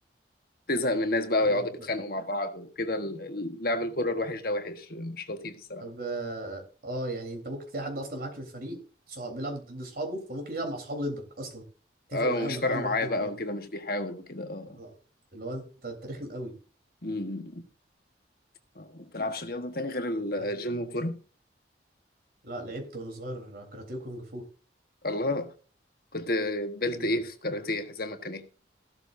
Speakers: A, on the left; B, on the right.
A: تزهق من الناس بقى
B: أنا
A: ويقعدوا
B: ده-
A: يتخانقوا
B: ده-
A: مع بعض وكده ال- ال- لعب الكرة الوحش ده وحش مش لطيف الصراحة
B: طب اه آه، يعني انت ممكن تلاقي حد اصلا معاك في الفريق صحاب بيلعب ضد اصحابه فممكن يلعب مع اصحابه ضدك اصلا اتفق
A: اه
B: معاهم
A: ومش
B: انا
A: فارقة
B: هعمل
A: معايا
B: واحد اتنين
A: بقى
B: تلاته
A: وكده مش بيحاول وكده اه
B: اه اللي هو انت انت رخم قوي
A: أمم. آه، ما بتلعبش رياضة تاني غير الجيم
B: عشان
A: والكورة
B: لا لعبت وانا صغير كاراتيه وكونج فو
A: الله كنت بلت
B: مم.
A: ايه في كاراتيه حزامك كان ايه